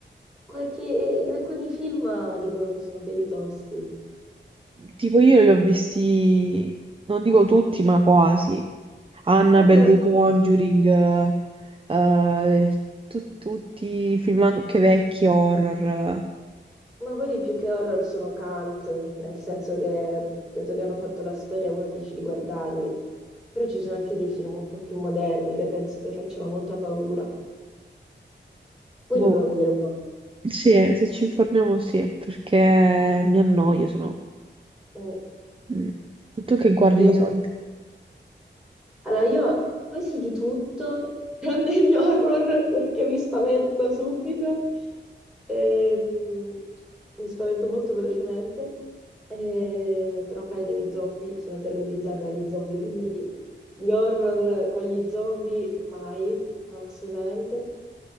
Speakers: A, in the centre; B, on the right.
A: qualche- alcuni film eh, dicono che sono belli tosti,
B: Tipo io li ho visti, non dico tutti, ma quasi. Annabelle,
A: E beh,
B: The Conjuring, eh, eh, tu- tutti i film anche vecchi, horror. eh.
A: ma quelli più che horror sono cult, nel senso che dato che hanno fatto la storia uno ti dice di guardarli. Però ci sono anche dei film un po' più moderni che penso che facciano molta paura. Poi
B: Boh,
A: dobbiamo vedere un po'.
B: sì, se ci informiamo sì, perché mi annoio, se no.
A: Mm.
B: Mm. Tu che guardi
A: Io
B: di solito?
A: Allora, io quasi di tutto, <laughs> tranne gli horror perché mi spavento subito, Ehm, mi spavento molto velocemente, Eh, per non parlare degli zombie, sono terrorizzata dagli zombie, quindi gli horror con gli zombie mai, assolutamente.